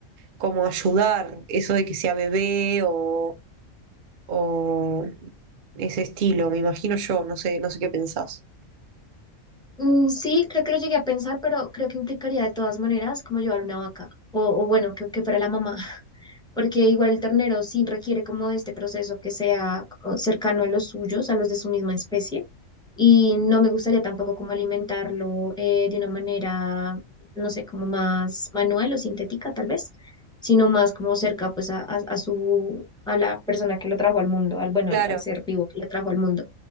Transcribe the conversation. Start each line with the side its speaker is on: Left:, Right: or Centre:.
Right: como ayudar, eso de que sea bebé o, o ese estilo, me imagino yo, no sé, no sé qué pensás.
Centre: Mm, sí, creo que lo llegué a pensar, pero creo que implicaría de todas maneras como llevar una vaca o, o bueno, que, que fuera la mamá, <laughs> porque igual el ternero sí requiere como de este proceso que sea como cercano a los suyos, a los de su misma especie, y no me gustaría tampoco como alimentarlo eh, de una manera, no sé, como más manual o sintética tal vez, sino más como cerca pues a, a- a su, a la persona que lo trajo al mundo, al, bueno,
Right: Claro.
Centre: al al ser vivo que lo trajo al mundo.